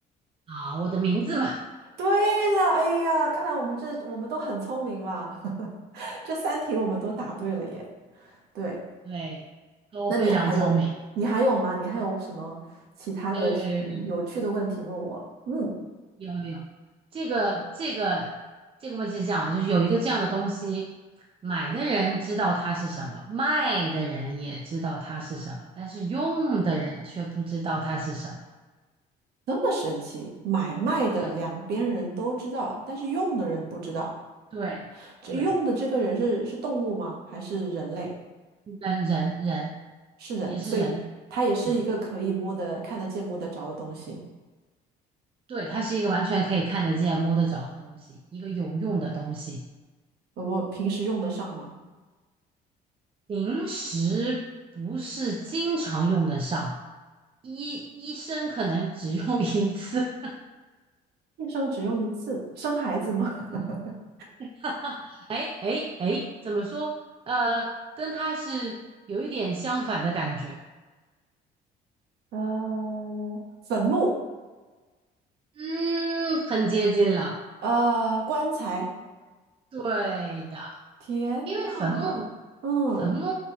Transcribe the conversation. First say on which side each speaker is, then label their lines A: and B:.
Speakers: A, on the right (about 30°); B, on the right (about 70°).
A: 啊，我的名字嘛，
B: 对了，哎呀，看来我们这我们都很聪明嘛，<laughs> 这三题我们都答对了耶。对，
A: 对，都非常聪明。
B: 那你还有你还有吗？你还有什么其他的嗯有趣的问题问我？
A: 有有有有有
B: 嗯，
A: 有有有，这个这个这个问题是这样啊，就是有一个这样的东西，买的人知道它是什么，卖的人也知道它是什么，但是用的人却不知道它是什么。
B: 这么神奇，买卖的两边人都知道，
A: 嗯，
B: 但是用的人不知道。
A: 对对，
B: 这用的这个人是是动物吗？还是人类？
A: 人人人
B: 是人，
A: 也是人，
B: 所以它也是一个可以摸得、
A: 嗯，
B: 看得见、摸得着的东西。
A: 对，它是一个完全可以看得见、摸得着的东西，一个有用的东西，
B: 我我平时用得上吗？
A: 平时不是经常用得上，医医生可能只用一次。
B: 一生只用一次，生孩子吗？<laughs>
A: <laughs> 嗯。<laughs> 哈，哎哎哎，怎么说？呃，跟他是有一点相反的感觉，
B: 呃，坟墓，
A: 嗯，很接近了。
B: 呃，棺材。
A: 对的，
B: 天呐，
A: 因为坟墓，
B: 嗯，
A: 坟墓，